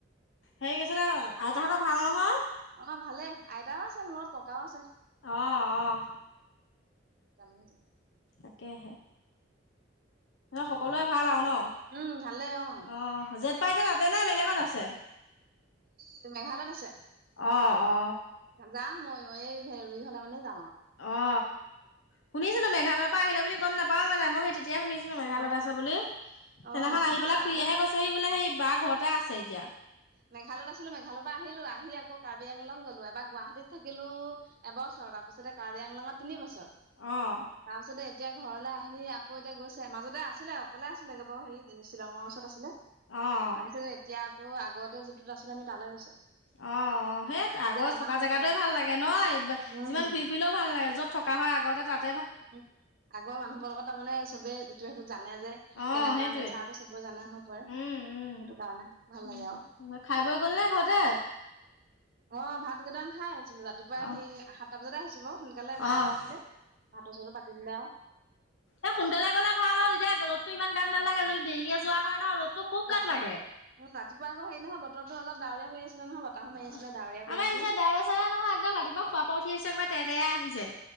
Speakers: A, on the left (about 85°); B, on the right (about 50°).
A: সেই আছিলে আইতাহতৰ ভাল নহয়?
B: অ ভালে আইতাও আছে, মোৰ লগত ককাও আছে।
A: অ অ।
B: তামানে যে।
A: তাকেহে। সকলোৱে ভাল আৰু ন?
B: উম ভালে অ
A: অ যত পাই তাত। তেনে বেলেগত আছে।
B: সি মেঘালয়ত আছে।
A: অ অ।
B: যাম মইও এই হেৰি হলে মানে যাম। আৰু
A: অ শুনিছিলো মেঘালয় পা আহিলে বুলি গম নাপাও মানে। মই সেই তেতি তেতিয়াই শুনিছো মেঘালয়ত
B: অ
A: আছে বুলি। সেইদিনাখন
B: অ
A: আহি
B: নহয়
A: পেলাই খুইয়েহে
B: আগতে
A: কৈছে সি বোলে সেই বা ঘৰত তা আছে এতিয়া।
B: মেঘালয়ত আছিলো, মেঘালয় পা আহিলো, আহি আকৌ কাৰ্বি আংলং গলো, এবাৰ গুৱাহাটীত থাকিলো এবছৰ, তাৰপিছতে কাৰ্বি আংলঙত তিনি বছৰ।
A: অহ।
B: তাৰপিছতে এতিয়া ঘৰলে আহি আকৌ এতিয়া গৈছে। মাজতে আছিলে অকলে আছিলে কে বাও। হেৰি শ্বিলঙৰ ওচৰত আছিলে। তাৰপিছতে
A: অ',
B: এতিয়া আকৌ আগতে যিটোত আছিলো আমি তালৈ গৈছে।
A: অ অ। সেই
B: এতিয়া
A: আগৰ
B: এমাহ
A: থকা
B: হৈছে
A: জেগাটোয়ে ভাল লাগে ন।
B: উম
A: যিমান ঘূৰি ফুৰিলেও ভাল লাগে। য'ত থকা হয় আগতে তাত।
B: উ। আগৰ মানুহবোৰ লগত তাৰমানে চবেই ইটোৱে হিতুক জানে যে
A: অ',
B: কেনেকুৱা
A: সেইটোৱে
B: নেচাৰটো চবে জানে হৈ পৰে।
A: উম,
B: সেইটো
A: উম,
B: কাৰণে ভাল
A: উম,
B: লাগে আও।
A: খাই বৈ গ'লনে ঘৰতে?
B: অ ভাত কেইটামান খাই আহিছিলো ৰাতিপুৱাই
A: অ',
B: হেই সাতটা বজাতে আহিছো বাৱ। সোনকালে মায়ে
A: অ',
B: উঠিলে। ভাত চৌটো পাতি দিলে আও।
A: এ সোনকালে গ'লে ভাল আৰু তেতিয়া ৰ'দতটো ইমান গাত নালাগে। যদি দেৰিকে যোৱা হয় ন ৰ'দতটো খুব
B: ৰাতি
A: গাত লাগে।
B: অ ৰাতিপুৱা আকৌ হেই নহয়। বতৰতো অলপ ডাৱৰীয়া কৰি আছিলে নহয়। বতাহো মাৰি
A: অহ।
B: আছিলে
A: আমাৰ
B: ডাৱৰীয়া কৰি আছিলে
A: এইটো চাইড ডাৱৰ চাৱৰ নহয়। একদম ৰাতিপুৱা খোৱাপা উঠি আহিছে একবাৰ তেৰতেৰা আহিছে।